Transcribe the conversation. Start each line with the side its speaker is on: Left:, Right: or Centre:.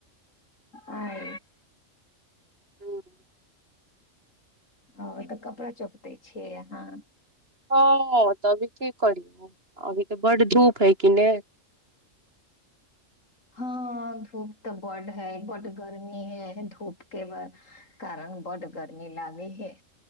Left: आय
Right: हूँ
Left: ओ तऽ कपड़ा चोपते छिये अहाँ
Right: हँ तऽ अभी की करिय अभी तऽ बड् धूप है कि ने
Left: हँ धूप तऽ बड्ड हइ बड्ड गर्मी हइ धूपके कारण बड्ड गर्मी लागै हइ